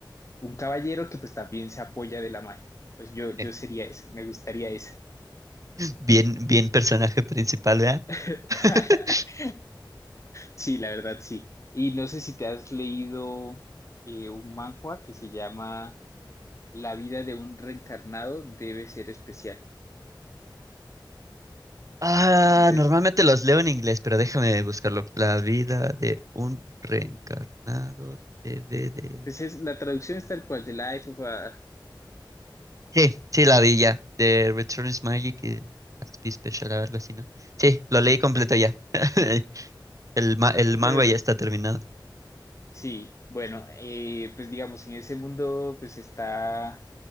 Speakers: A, on the left; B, on the right.
A: un caballero que pues también se apoya de la magia. Pues yo, yo
B: <laughs>
A: sería esa, me gustaría esa.
B: Bien, bien personaje principal, ¿verdad?
A: <laughs>
B: <laughs>
A: Sí, la verdad sí. Y no sé si te has leído eh, un manhwa que se llama... la vida de un reencarnado debe ser especial.
B: Ah,
A: Entonces,
B: normalmente los leo en inglés, pero déjame buscarlo. La vida de un reencarnado DVD.
A: pues es, la traducción es tal cual, de Life of a...
B: Sí, sí, la vi ya. The Return is Magic y Has to be Special, algo así, ¿no? Sí, lo leí completo ya. <laughs> El, ma- el manga
A: Pero
B: ya está terminado.
A: sí, bueno, eh, pues digamos, en ese mundo pues está